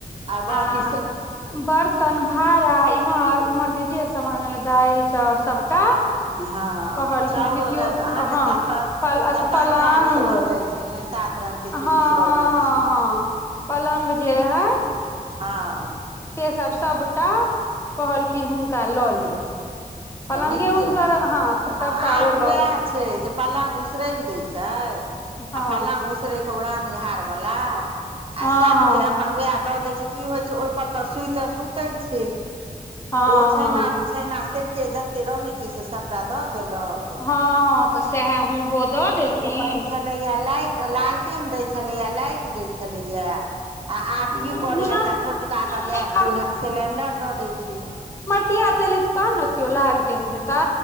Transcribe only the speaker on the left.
आ
बर्तन भाड़ा इम्हर उमहर के जे सामान हय दालि चाउर सबटा
कहलखिन
पितीयोतहँ
प
पलगं
हँ
हँ
हँ
हँ पलङ्ग जे है
से सब सबटा कहलखिन हुनका लऽ ले पलंगे
उसगर
हँ तऽ सबटा
ओ
लऽ
हँ
हँ
हँ
हँ
हँ
हँ हँ तऽ सेएह हुनको दऽ देलखिन
नहि
अपनो
लाल
टिया तेले देते तहन नऽ किइयो लाल टेम देतै